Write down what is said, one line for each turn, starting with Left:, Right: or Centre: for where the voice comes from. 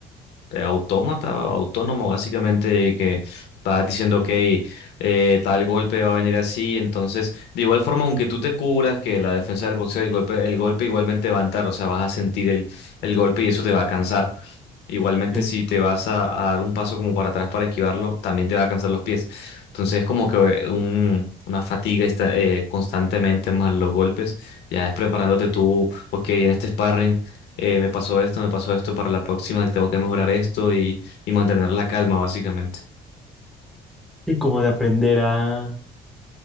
Left: eh, autómata, autónomo, básicamente, y que vas diciendo, ok, eh, tal golpe va a venir así. Entonces, de igual forma, aunque tú te cubras, que la defensa del boxeo, el golpe, el golpe igualmente va a entrar, o sea, vas a sentir el, el golpe y eso te va a cansar. Igualmente,
Centre: Sí,
Left: si te vas a, a dar un paso como para atrás para esquivarlo, también te va a cansar los pies. Entonces, es como que eh, un- una fatiga esta- eh, constantemente más los golpes. Ya es preparándote tú, ok, en este sparring eh, me pasó esto, me pasó esto, para la próxima tengo que mejorar esto y, y mantener la calma, básicamente.
Centre: Sí, como de aprender a,